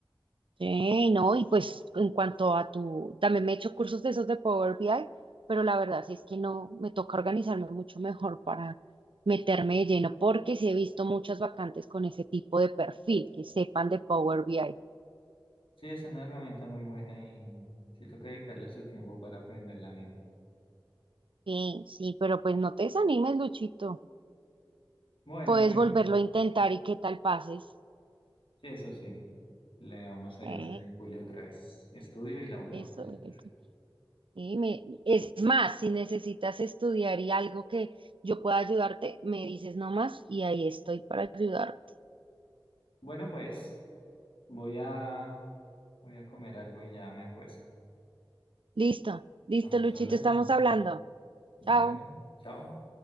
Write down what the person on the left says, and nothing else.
Sí, es una herramienta muy buena y sí toca dedicarle su tiempo para aprenderla bien.
Bueno,
bueno,
sí, eso sí, le vamos a
ir a hacer en julio otra vez estudio y la vuelvo
a presentar.
Bueno, pues voy a, voy a comer algo y ya me acuesto.
Estamos
hablando.
Bueno,
chao.